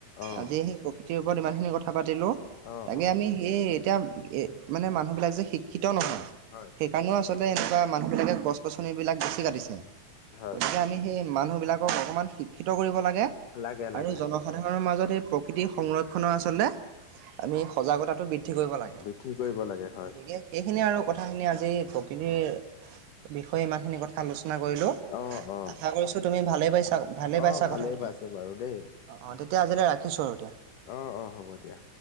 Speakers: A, on the left (about 60°); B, on the right (about 80°).
A: অ'।
B: আজি সেই প্ৰকৃতিৰ ওপৰত ইমান খিনি কথা পাতিলো
A: অ',
B: তাকে
A: অ'।
B: আমি হেই এতিয়া এ মানে মানুহবিলাক যে শিক্ষিত নহয়
A: হয়
B: সেইকাৰণেও আচলতে এনেকা মানুহবিলাকে গছ গছন বিলাক বেছি কাটিছে
A: হয়
B: গতিকে আমি সেই মানুহ বিলাকক অকমান শিক্ষিত কৰিব লাগে
A: লাগে লাগে।
B: আৰু জন জনসাধাৰণৰ মাজত এই প্ৰকৃতিৰ সংৰক্ষণৰ আচলতে আমি সজাগতাটো বৃদ্ দ্ধি কৰিব লাগে
A: বৃদ্ধি কৰিব লাগে হয়
B: গতিকে সেইখিনি আৰু কথাখিনি আজি প্ৰকৃতিৰ বিষয়ে ইমানখিনি কথা আলোচনা কৰিলোঁ
A: অ অ
B: আশা কৰিছো তুমি ভালে পাইছা ভালে
A: অ
B: পাইছা
A: ভালেই
B: কথা পাতি
A: পাইছো
B: অ
A: বাৰু দেই
B: অ তেতিয়া আজিলৈ ৰাখিছো আৰু এতিয়া
A: অ অ হ'ব দিয়া